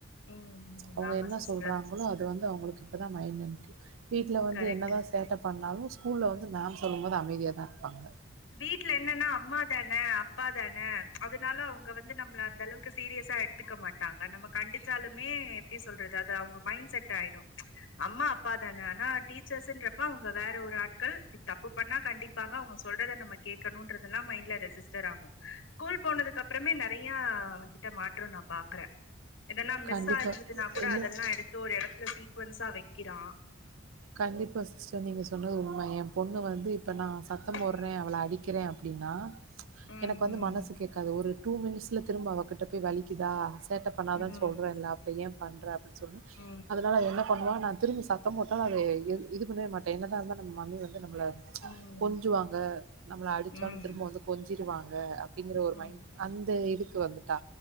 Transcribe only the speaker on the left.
ம் ம்
ஆமா
சிஸ்டர்
கரெக்ட்
வீட்ல என்னனா அம்மா தானே அப்பா தானே அதனால அவங்க வந்து நம்மள அந்தளவுக் கு சீரியஸா எடுத்துக்க மாட்டாங்க நம்ம கண்டிச்சாலுமே எப்டி சொல்றது அது அவங்க மைண்ட் செட் ஆயிடு அம்மா அப்பா தானே ஆனா டீச்சர்ஸ்ன்றப்ப அவங்க வேற ஒரு ஆட்கள் தப்பு பண்ணா கண்டிப்பாங்க அவங்க சொல்றத நம்ம கேக்கணுன்றதெல்லா மைண்ட்ல ரெஜிஸ்டர் ஆகு ஸ்கூல் போனதுக்கு அப்புறமே நெறையா அவங்கிட்ட மாற்றொ நா பாக்குறே எதனா மிஸ்சா
இருந்துதுன்னா கூட
அதெல்லா எடுத்து ஒரு எடத்துல சீக்வன்ஸா வைக்கிறா
ம்
ம்
ம்
ம்
ம்
ம்
ம்
ம்
ம்